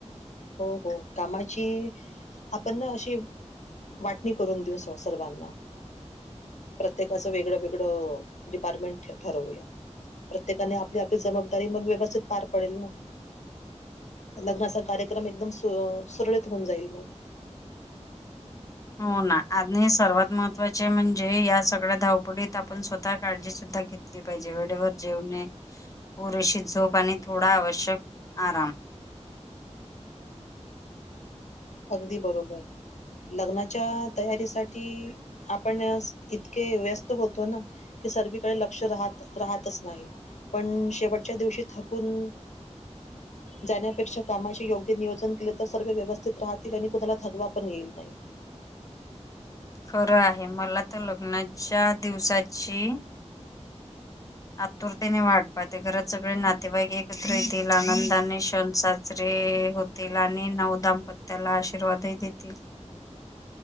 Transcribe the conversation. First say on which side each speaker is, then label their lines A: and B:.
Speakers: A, on the left; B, on the left.
A: हो हो. कामाची आपण ना अशी- वाटणी करून देऊ स सर्वांना. प्रत्येकाचं वेगड वेगड डिपार्टमेंट ठरवूया. प्रत्येकाने आपली आपली जबाबदारी मग व्यवस्थित पार पडेल ना? लग्नाचा कार्यक्रम एकदम, सुरळीत होऊन जाईल मग.
B: हो ना. आज नाही सर्वात महत्वाचे म्हणजे- हे या सगळ्या धावपडीत आपण स्वतः काळजी सुद्धा घेतली पाहिजे. वेडेवर जेवणे- पुरेशी झोप आणि थोडा आवश्यक आराम.
A: अगदी बरोबर. लग्नाच्या तयारीसाठी आपण इतके व्यस्त होतो ना- की सर्वीकडे लक्ष राहत राहतच नाही. पण शेवटच्या दिवशी थकून- जाण्यापेक्षा कामाचे योग्य नियोजन केले तर सर्व व्यवस्थ- स्तीत राहतील आणि कोणाला थकवा पण येईल नाही.
B: खरं आहे. मला तर लग्नाच्या दिवसाची- आतुरतेने वाट पाहते. घरात सगळे नातेवाईक एकत्र येतील. आनंदाने सण साजरे होत - -तील. आणि नव दाम्पत्याला आशीर्वादही देतील.